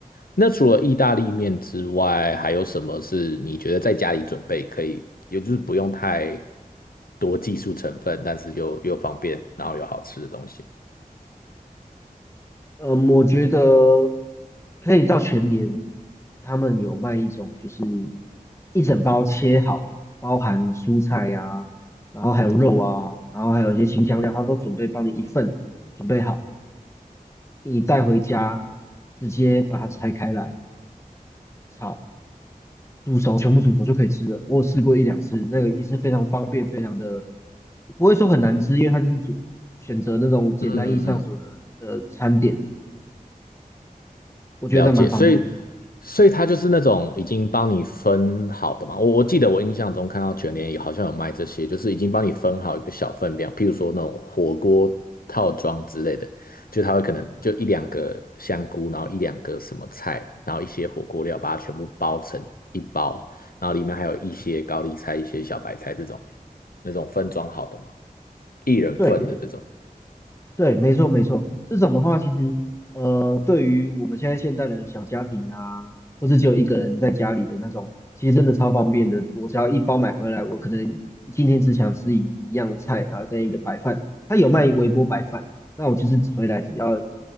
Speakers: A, on the left; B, on the left.
A: 那除了意大利面之外，还有什么是你觉得在家里准备可以，也就是不用太多技术成分，但是又又方便，然后又好吃的东西？
B: 嗯，我觉得可以到全联，他们有卖一种就是一整包切好的，包含蔬菜呀、然后还有肉啊，然后还有一些清香料，他都准备帮你一份准备好，你带回家直接把它拆开来炒，煮熟，全部煮熟就可以吃了。我有试过一两次，那个也是非常方便，非常的不会说很难吃，因为它就是煮选择那种简单易上手的的餐点，
A: 嗯嗯嗯。
B: 我觉得那蛮方便的。
A: 了解，所以所以它就是那种已经帮你分好的嘛。我我记得我印象中看到卷帘有好像有卖这些，就是已经帮你分好一个小分量，譬如说那种火锅套装之类的，就它会可能就一两个香菇，然后一两个什么菜，然后一些火锅料，把它全部包成一包，然后里面还有一些高丽菜、一些小白菜这种那种分装好的嘛，一人份的这种。
B: 对。对，没错没错，这种的话，其实呃，对于我们现在现代的小家庭啊，或是只有一个人在家里的那种，其实真的超方便的。我只要一包买回来，我可能今天只想吃一一样菜，然后跟一个白饭，他有卖微波白饭，那我就是回来只要